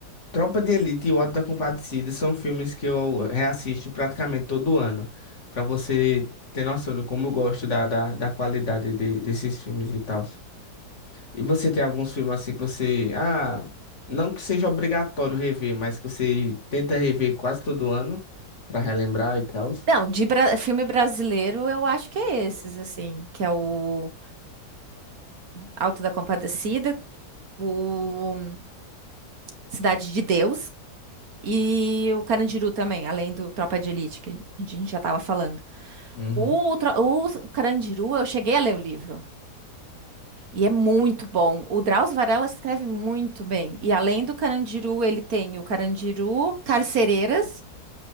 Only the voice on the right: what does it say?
Não, de bra- filme brasileiro, eu acho que é esses, assim, que é o Alto da Compadecida, o Cidade de Deus e o Carandiru também, além do Tropa de Elite, que a gente já tava falando.
O, tro- o Carandiru, eu cheguei a ler o livro. E é muito bom. O Drauzio Varela escreve muito bem. E além do Carandiru, ele tem o Carandiru, Carcereiras,